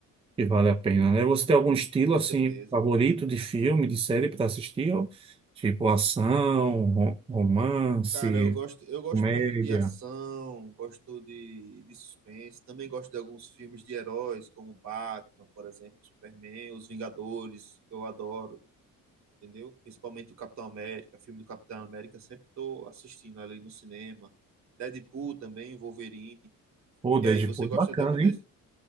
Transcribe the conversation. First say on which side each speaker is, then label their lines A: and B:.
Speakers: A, on the right; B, on the right.
A: E vale a pena, né? Você tem algum estilo
B: com
A: assim
B: certeza.
A: favorito de filme, de série para assistir? Tipo ação, ro- romance,
B: Cara, eu gosto, eu gosto
A: Comédia.
B: muito de ação, gosto de, de suspense, também gosto de alguns filmes de heróis, como Batman, por exemplo, Superman, Os Vingadores, que eu adoro, entendeu? Principalmente o Capitão América, filme do Capitão América, sempre estou assistindo ali no cinema. Deadpool também, Wolverine.
A: Pô,
B: E
A: Deadpool,
B: aí, você gosta
A: é bacana,
B: de algum desses?
A: hein?